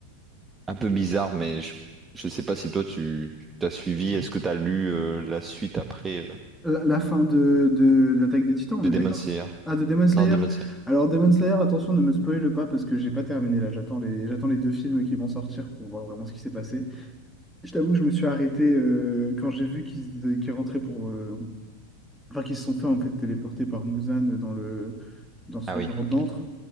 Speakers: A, on the right; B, in the centre.
A: un peu bizarre, mais je, je sais pas si toi tu tu t'as suivi. Est-ce que t'as lu euh, la suite après euh,
B: La, la fin de, de l'Attaque des Titans, on
A: de
B: est
A: Demon
B: d'accord?
A: Slayer?
B: Ah, de Demon Slayer.
A: Non, Demon Slayer.
B: Alors Demon Slayer, attention, ne me spoile pas parce que j'ai pas terminé là. J'attends les, j'attends les deux films qui vont sortir pour voir vraiment ce qui s'est passé. Je t'avoue que je me suis arrêté euh, quand j'ai vu qu'ils qu'ils rentraient pour, euh, enfin qui se sont fait en fait téléporter par Muzan dans le dans son
A: Ah oui,
B: genre
A: ok.
B: d'antre.